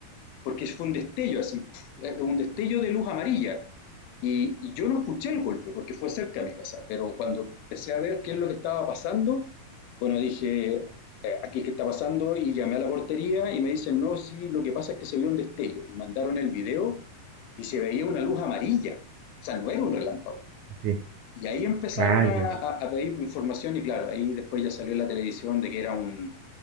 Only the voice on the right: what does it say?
sí, sí.
Rayos,